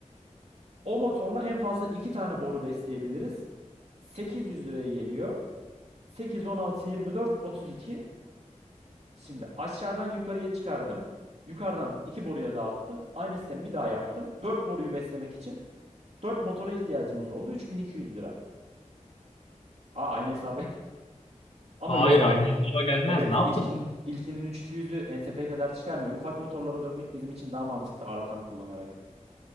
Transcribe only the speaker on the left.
Hayır
aynı hesaba gelmez.
Ne yaptın?